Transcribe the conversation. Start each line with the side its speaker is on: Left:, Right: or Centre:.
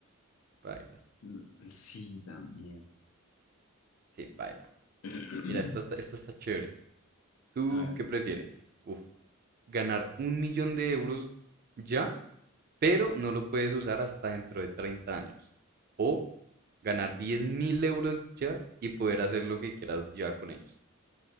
Right: Paila.
Left: Mm, Sí, también.
Right: Sí, paila.
Left: <clears throat>
Right: Mira, esta está, esta está chévere. ¿Tú
Left: A ver.
Right: qué prefieres? Uf, ¿ganar un millón de euros ya pero no lo puedes usar hasta dentro de treinta años. O ganar diez mil euros ya y poder hacer lo que quieras ya con ellos.